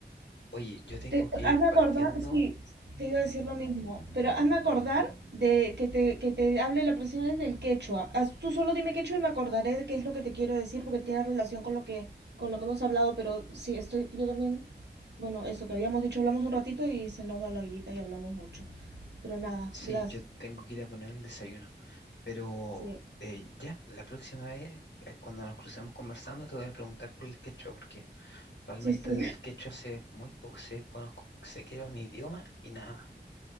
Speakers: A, on the left (about 80°); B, on the right (about 70°).
A: Oye, yo tengo
B: Te,
A: que ir
B: hazme
A: partiendo.
B: acordar, sí, te iba a decir lo mismo, pero hazme acordar de que te, que te hable la próxima vez del quechua. Haz- Tú solo dime quechua y me acordaré de qué es lo que te quiero decir porque tiene relación con lo que, con lo que hemos hablado, pero sí, estoy, yo también, bueno, eso que habíamos dicho, hablamos un ratito y se nos va la ollita y hablamos mucho. Pero nada,
A: Sí,
B: Blas,
A: yo tengo que ir a poner el desayuno. Pero
B: sí,
A: eh, ya, la próxima vez, eh, cuando nos crucemos conversando, te voy a preguntar por el quechua, porque realmente
B: sí, sí.
A: del quechua sé muy poco, sé, conozco, sé que era un idioma y nada más.